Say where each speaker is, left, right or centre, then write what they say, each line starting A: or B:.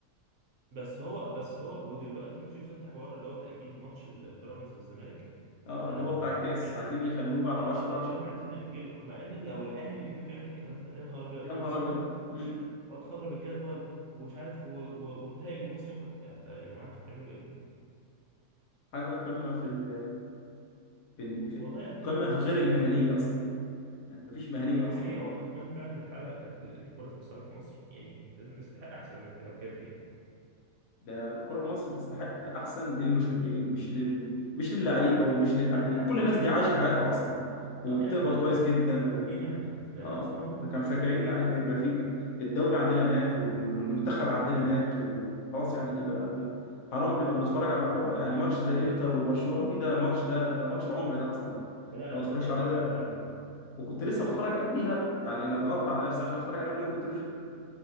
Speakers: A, on the right; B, on the left.
A: بس هو بس هو ودلوقتي شفت انت حوار اللي هو تأجيل ماتش البيراميدز والزمالك
B: اه
A: آه
B: اللي هو
A: في
B: بتاع الكاس
A: الكاس
B: عايزين يخلوه بعد
A: اه
B: 10
A: هو
B: عشان
A: بيقول لك عايزين نأجله مع ان لو الاهلي اللي كان بيعمل الكلام ده يا نهار ابيض
B: يا نهار
A: وازاي
B: ابيض
A: تأجل
B: مم.
A: ماتش وهتخرب الجدول ومش عارف و... و... وانتهي الموسم يا ت- يا جماعه انتوا بتعملوا ايه؟
B: حاجه قمه في ال في ال- في
A: والله اتمنى
B: قمه
A: ان
B: في
A: الحاله
B: غير المهنيه
A: ال-
B: اصلا يعني مفيش مهنيه
A: دي
B: اصلا
A: حقيقه والله اتمنى فعلا ان الحاله ال- الكره تنصلح في مصر يعني نستحق احسن من كده بجد يعني
B: ده الكرة في مصر تستحق أحسن للمشجعين مش لل... مش للعيبة ومش للإعلاميين
A: لا لا لينا
B: كل الناس
A: احنا
B: دي عايشة
A: يعني
B: حياتها أصلا وبتقبض
A: اه يا عم الكره
B: كويس جدا و...
A: لينا احنا اصلها
B: آه
A: اصلها مصدر
B: إحنا كمشجعين
A: ترفيه
B: يعني ما يبقى في الدوري عندنا مات وال... والمنتخب عندنا مات وخلاص يعني بقى ما... حرام نبقى بنتفرج على كورة يعني ماتش زي إنتر وبرشلونة دي ده ماتش ده ده ماتش العمر ده أصلا
A: لا لا لا،
B: لو ما اتفرجش
A: ماتش
B: عليه
A: رائع
B: ده
A: رائع بجد
B: وكنت لسه متفرج قبليها يعني انا ضغطت على نفسي عشان اتفرج على ليو بتروجيت